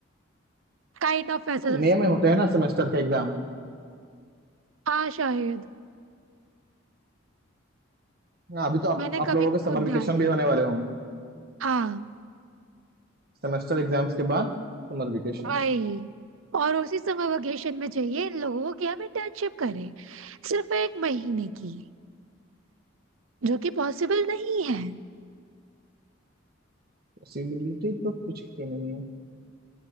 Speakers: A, on the right; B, on the right.
A: काइंड ऑफ ऐसा
B: तो
A: सा
B: मई
A: scene।
B: में होते हैं ना सेमेस्टर का एग्जाम
A: हाँ शायद
B: हाँ अभी तो आप
A: मैंने
B: आप
A: कभी
B: लोगों के समर
A: खुद
B: वेकेशन
A: ध्यान नहीं
B: भी
A: दिया
B: होने वाले होंगे
A: हाँ
B: सेमेस्टर एग्जाम्स के बाद समर वेकेशन
A: वही और उसी समय वेकेशन में चाहिए इन लोगों की हम इंटर्नशिप करें सिर्फ एक महीने की जो कि पॉसिबल नहीं है
B: पॉसिबिलिटी तो कुछ की नहीं है